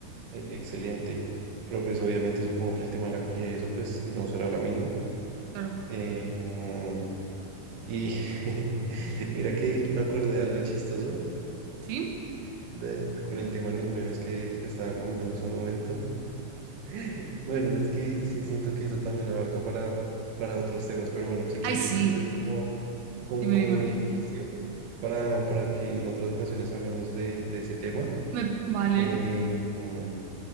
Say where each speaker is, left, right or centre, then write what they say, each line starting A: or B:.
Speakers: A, on the right; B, on the right.
A: eh, excelente, pero pues obviamente supongo que el tema de la calidad de eso pues no será la misma.
B: Claro.
A: Eh, mm, y <laughs> mira que me acordé de algo chistoso
B: ¿Sí?
A: de- con el tema de los memes que, que te estaba comentando hace un momento. <laughs> Bueno, es que sí siento que eso también abarca para, para otros temas, pero bueno, si quieres,
B: Ay, sí.
A: este es como como,
B: Dime,
A: como
B: dime.
A: el inicio para, para que en otras ocasiones hablemos de, de ese tema.
B: Me- vale.
A: Em,